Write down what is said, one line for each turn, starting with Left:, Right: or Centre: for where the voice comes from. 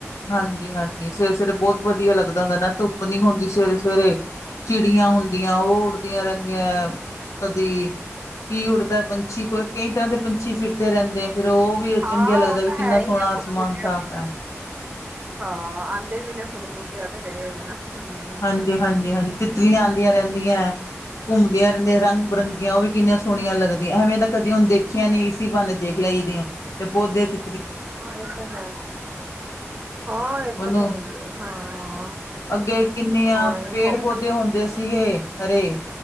Left: ਹਾਂਜੀ -ਹਾਂਜੀ ਸਵੇਰੇ -ਸਵੇਰੇ ਬਹੁਤ ਵਧੀਆ ਲੱਗਦਾ ਹੁੰਦਾ ਨਾ ਧੁੱਪ ਨੀ ਹੁੰਦੀ ਸਵੇਰੇ -ਸਵੇਰੇ। ਚਿੜੀਆਂ ਹੁੰਦੀਆਂ ਉਹ ਉੱਡਦੀਆਂ ਰਹਿੰਦੀਆਂ ਕਦੀ ਕੀ ਉਡ ਦਾ ਪੰਛੀ, ਕਈ ਤਰ੍ਹਾਂ ਦੇ ਪੰਛੀ ਫਿਰਦੇ ਰਹਿੰਦੇ ਆ ਫਿਰ ਉਹ ਵੀ
Right: ਹਾਂ
Left: ਚੰਗਿਆ ਲੱਗਦਾ
Right: ਉਹ
Left: ਵੀ
Right: ਤਾਂ
Left: ਕਿੰਨਾ
Right: ਹੈ ਹੀ
Left: ਸੋਹਣਾ
Right: ਆ ਫੁੱਲ
Left: ਅਸਮਾਨ
Right: ਬੂਟਿਆਂ
Left: ਸਾਫ਼
Right: ਤੇ
Left: ਹੈ।
Right: ਹਾਂ ਆਂਦੇ ਵੀ ਨਾ ਫੁੱਲ- ਬੂਟਿਆ ਤੇ ਫਿਰੇ ਨਾ। ਹਮ
Left: ਹਾਂਜੀ -ਹਾਂਜੀ -ਹਾਂਜੀ ਤਿੱਤਲੀਆਂ ਆਉਂਦੀਆਂ ਰਹਿੰਦੀਆਂ ਹੈ ਘੁੰਮਦੀਆਂ ਰਹਿੰਦੀਆਂ ਰੰਗ-
Right: ਹਮ
Left: ਬਿਰੰਗੀਆਂ ਉਹ ਵੀ ਕਿੰਨੀਆਂ ਸੋਹਣੀਆਂ ਲੱਗਦੀਆਂ ਐਵੇਂ ਤਾਂ ਕਦੀ ਹੁਣ ਦੇਖੀਆਂ ਨੀ ਸੀ ਇਸ ਬਹਾਨੇ ਦੇਖ ਲਈ ਦੀਆਂ ਤੇ ਪੌਦੇ ਚ
Right: ਹਾਂ ਇਹ ਤਾਂ ਹੈ। ਹਾਂ ਇਹ
Left: ਉਹਨੂੰ
Right: ਤਾਂ ਹੈ ਹੀ ਹੈ ਹਾਂ।
Left: ਅੱਗੇ ਕਿੰਨੀਆਂ
Right: ਹੋਰ
Left: ਪੇੜ
Right: ਹੋ
Left: ਪੌਦੇ ਹੁੰਦੇ ਸੀਗੇ ਹਰੇ।